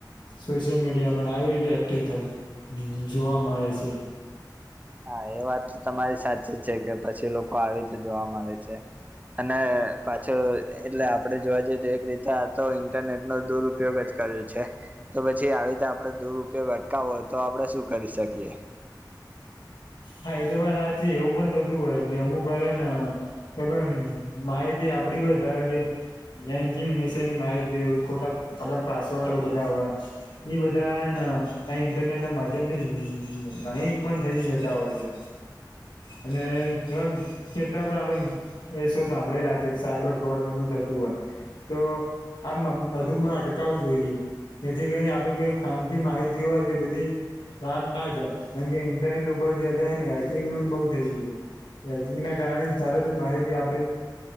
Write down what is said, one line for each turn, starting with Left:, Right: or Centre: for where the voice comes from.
Left: સોશિયલ મીડિયામાંને આવી રીતે એક્ટિવ થઈ જોવા મળે છે.
Right: હા, એ વાત તો તમારી સાચી જ છે કે પછી લોકો આવી રીતે જોવા મળે છે. અને પાછો એટલે આપડે જોવા જઈએ તો એક રીતે આ તો ઇન્ટરનેટ નો દૂર ઉપયોગ જ કર્યો છે તો પછી આવી રીતે આપડે દુરપયોગ અટકાવય તો આપણે શું કરી શકીએ.
Left: હા એ તો વાત સાચી એવું પણ થતું હોય કે અમુક વાર હે ને થોડું એમ માહિતી આપડી હોય ધારો કે બેંકિંગ વિશે ની માહિતી હોય, ખોટા આપડા પાસવર્ડ બધા હોય. ઈ બધા ના ઇન્ટરનેટ ના માધ્યમ થી <unintelligible> પણ થઇ જતા હોય. અને એમ કેટલા પણ આપડી કેસો સાંભળેલા છે કે સાયબર ફ્રોડ ને બધૂ થતું હોય. તો આમ બધુ માં અટકાવું જોઈએ. જેથી કરી ને આપડી પાસે ખાનગી માહિતી હોય તે બધી બહાર ના જાય કારણ કે ઇન્ટરનેટ ઉપર થી હેકીગ નું બઉ થઈ ગયું છે હેકિંગ ના કારણે તરત જ માહિતી આપડી